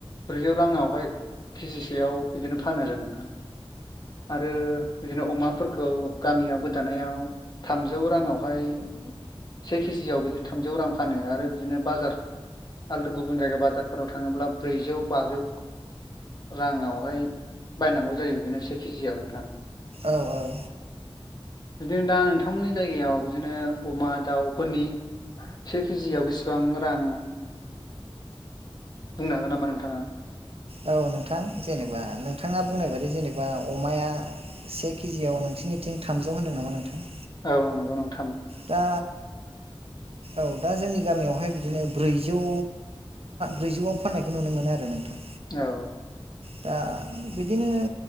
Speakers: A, on the left; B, on the right.
A: ब्रैजौ राङावहाय केजिसेयाव बिदिनो फानो आरो नोंथां आरो दिनो अमाफोरखौ गामियाव गोदानायाव थामजौ राङावहाय से केजियाव बिदि थामजौ रां फानो आरो बिदिनो बाजार आलदो गुबुन जायगा बाजारफोराव थाङोब्ला ब्रैजौ बाजौ राङावहाय बायनांगौ जायो बिदिनो से केजियाव नोंथां।
B: औ औ।
A: बिदिनो दा नोंथांमोननि जायगायाव बिदिनो अमा दाउफोरनि से केजियाव बेसेबां रां बुंनो हागोन नामा नोंथाङा?
B: औ नोंथां जेनेबा नोंथाङा बुंनाय बादि जेनेबा अमाया से केजियाव नोंसिनिथिं थामजौ होन्दों नामा नोंथां?
A: औ नंगौ नंगौ
B: दा औ दा जोंनि गामियावहाय बिदिनो ब्रै जौ ब्रैजौआव फाननायखौ नुनो मोनो आरो नोंथां
A: औ
B: दा बिदिनो